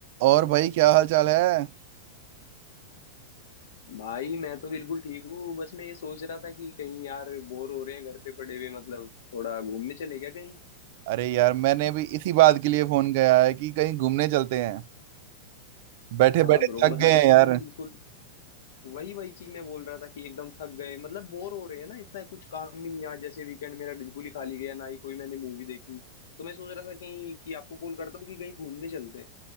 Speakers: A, on the right (about 55°); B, on the left (about 75°).
A: और भाई क्या हाल चाल है
B: भाई मैं तो बिल्कुल ठीक हूँ बस मैं ये सोच रहा था कि कहीं यार बोर हो रहे हैं घर पे पड़े हुए मतलब थोड़ा घूमने चले क्या कहीं
A: अरे यार मैंने भी इसी बात के लिए फोन किया है कि कहीं घूमने चलते हैं बैठे
B: हाँ
A: बैठे
B: ब्रो
A: थक
B: मतलब
A: गए हैं
B: एकदम
A: यार
B: ही बिल्कुल वही वही चीज मैं बोल रहा था कि एकदम थक गए मतलब बोर हो रहे हैं ना इतना कुछ काम भी नहीं है। आज जैसे वीकेंड मेरा बिल्कुल ही खाली गया ना ही कोई मैंने मूवी देखी तो मैं सोच रहा था कहीं कि आपको कॉल करता हूँ कि कहीं घूमने चलते हैं